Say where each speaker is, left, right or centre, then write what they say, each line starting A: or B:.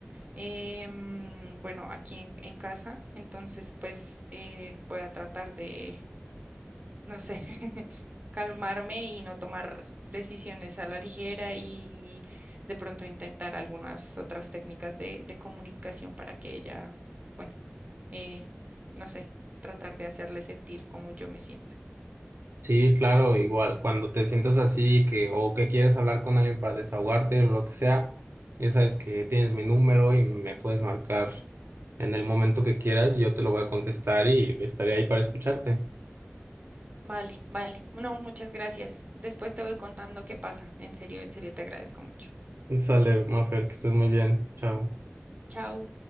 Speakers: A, on the right; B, on the right.
A: Em, bueno, aquí en, en casa, entonces pues eh, voy a tratar de, no sé, <laughs> calmarme y no tomar decisiones a la ligera y de pronto intentar algunas otras técnicas de, de comunicación para que ella... bueno eh, no sé, tratar de hacerle sentir como yo me siento.
B: Sí, claro, igual, cuando te sientas así que, o que quieres hablar con alguien para desahogarte o lo que sea, ya sabes que tienes mi número y me puedes marcar en el momento que quieras, yo te lo voy a contestar y estaré ahí para escucharte.
A: Vale, vale. No, muchas gracias. Después te voy contando qué pasa. En serio, en serio, te agradezco mucho.
B: Sale, Mafer, que estés muy bien. Chao.
A: Chao.